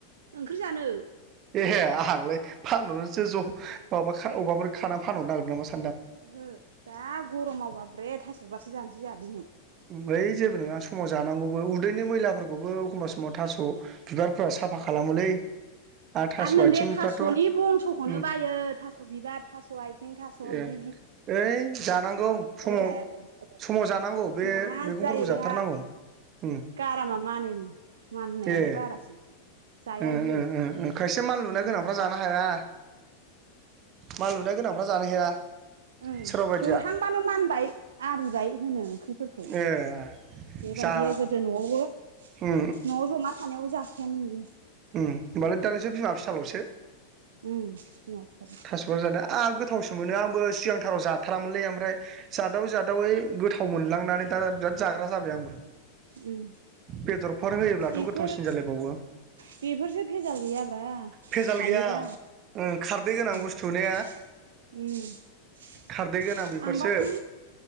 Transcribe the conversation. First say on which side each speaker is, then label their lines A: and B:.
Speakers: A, on the right (about 65°); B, on the right (about 35°).
A: ओंख्रि जानो।
B: एहे आंहांलाय फानहरनोसो ज' माबा अबाफोर खाना फानहरनो नागिदों नामा सानदों।
A: ओहो दा गरमाव बाब्रे थास' बिबारसो जानोसै जोंहा दिनै।
B: ओइ जेबो नङा समाव जानांगौबो उदैनि मैलाफोरखौबो एखमबब्ला समाव थास' बिबारफोरा साफा खालामोलै। थास'
A: आरो नोंदाया
B: आथिंफ्राथ'
A: थास'नि बंस'खौनो
B: उम
A: बायो थास' बिबार थास' आथिं थास'
B: ए
A: इदि
B: ओइ जानांगौ समाव
A: जाया बियो
B: समाव जानांगौ बे
A: मा
B: मैगंफोरखौ
A: जायो बेहा
B: जाथारनांगौ। ओम
A: गारामा मानोनो माननायानो
B: ए
A: बारासो। जाया
B: ओ
A: इयो
B: ओ ओ खायसे मानलुना
A: जों बिमा
B: गोनांफ्रा
A: फिसाफोरखौ
B: जानो हाया। मानलु गोनांफ्रा जानो हाया।
A: ओ
B: सोरबा बायदिया
A: सोहांबानो मानबाय आरिबाय होनो ओं। फोरखौ
B: ए
A: बेबायदि
B: जा
A: गोदो न'आवबो न'आव
B: उम
A: जमा थानायावबो जा योमोन।
B: ओम होमबालाय दा नोंसोर बिमा फिसाल'सो
A: उम बिमा फिसाफोरखौ
B: थास' बिबार जानाया। आहा गोथावसो मोनो आंबो सिगांथाराव जाथारामोनलै ओमफ्राय जादाव जादावै गोथाव मोनलांनानै दा बिराद जाग्रा जाबाय आंबो।
A: उम
B: बेदरफोर होयोब्लाथ'
A: बेफोर
B: गोथावसिन जालायबावो।
A: बेफोरसो भेजाल गैयाब्रा
B: भेजाल
A: हायोबा
B: गैया ओ खारदै गोनां बुस्थु
A: <unintelligible>
B: ने खारदै गोनां बेफोरसो
A: आंबा ख